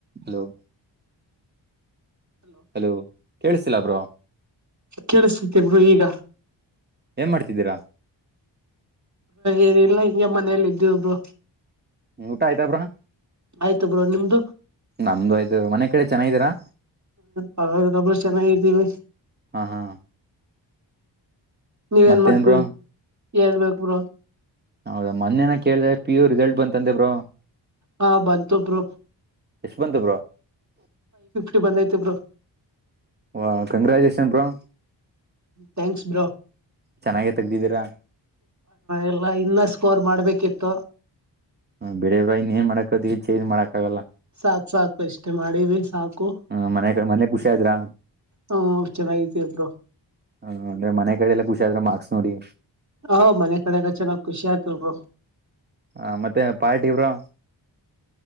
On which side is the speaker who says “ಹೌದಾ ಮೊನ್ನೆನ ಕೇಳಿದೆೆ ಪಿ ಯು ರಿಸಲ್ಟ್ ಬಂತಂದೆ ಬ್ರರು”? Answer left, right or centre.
Right